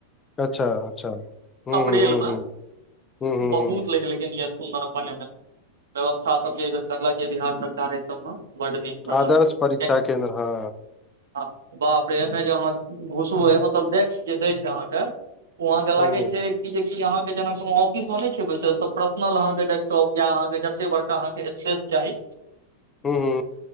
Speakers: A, on the left; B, on the right.
A: अच्छा अच्छा हूँ
B: अप्रिल
A: हूँ हूँ
B: में
A: हूँ हूँ हूँ
B: लेकिन
A: हूँ
B: बहुत। ने व्यवस्था सबर करलक य बिहार सरकार एहि सब मे बड नीक करलक
A: आदर्श परीक्षा
B: ये
A: केंन्द्र हँ
B: हँ बाप रे एहिमे जे अहाँ घुसबै मतलब डेक् जे दै छै अहाँके वहाँं के
A: हँ
B: लागै
A: हूँ
B: छै अहाँके जेना कोनो ऑफिस मे नहि छै बैसल तऽ पर्सनलहके डेस्टॉप या अहाँके जते बड़का अहाँके स्पेस चाही
A: हू हू